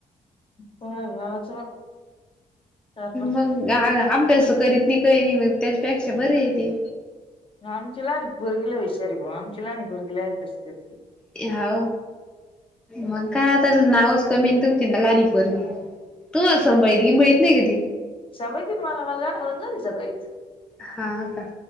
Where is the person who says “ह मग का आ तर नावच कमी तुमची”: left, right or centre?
Centre